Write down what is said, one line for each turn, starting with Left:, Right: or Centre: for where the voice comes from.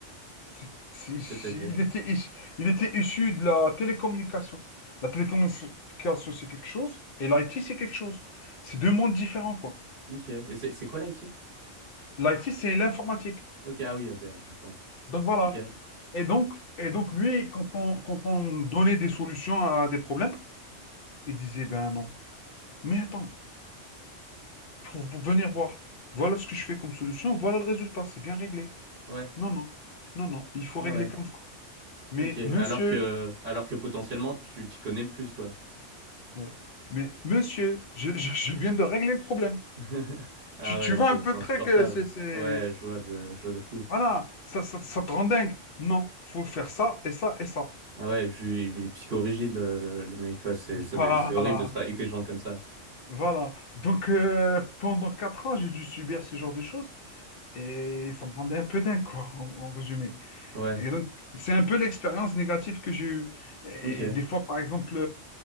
Left: C'est- c'est- c'est-
Right: c'est-à-dire.
Left: Il était, issu- il était issu de la télécommunication. La télécommunication, c'est quelque chose, et l'IT, c'est quelque chose. C'est deux mondes différents, quoi.
Right: Ok. Et c'est c'est quoi l'IT?
Left: L'IT, c'est l'informatique.
Right: Ok, ah oui, ok, ouais, l'informatique.
Left: Donc voilà.
Right: Ok.
Left: Et donc, et donc lui, quand on, quand on donnait des solutions à des problèmes, il disait, ben non. Mais attends, il faut vous venir voir. Voilà ce que je fais comme solution, voilà le résultat, c'est bien réglé.
Right: Ouais.
Left: Non, non, non, non, il faut
Right: Ah
Left: régler
Right: ouais.
Left: comme ça. Mais
Right: Ok, alors
Left: monsieur,
Right: que, alors que potentiellement tu t'y connais plus, quoi.
Left: ouais, mais monsieur, je, je je viens de régler le problème.
Right: <laughs> Ah
Left: Tu, tu
Right: ouais,
Left: vois
Right: c'est
Left: un peu
Right: c'est
Left: le
Right: insupportable.
Left: truc, euh, c'est, c'est-
Right: Ouais, je vois de, je vois de fou.
Left: Voilà, ça, ça, ça te rend dingue. Non, faut faire ça et ça et ça.
Right: Ah ouais, je, il est psychorigide, le, le, le mec, ouais, c'est, ça
Left: Voilà,
Right: doit, être- c'est horrible de travailler avec des gens comme ça.
Left: voilà. Donc, euh, pendant quatre ans, j'ai dû subir ce genre de choses et ça me rendait un peu dingue, quoi, en, en résumé.
Right: Ouais,
Left: Et donc, c'est un peu l'expérience négative que j'ai eue. Et
Right: ok.
Left: des fois, par exemple,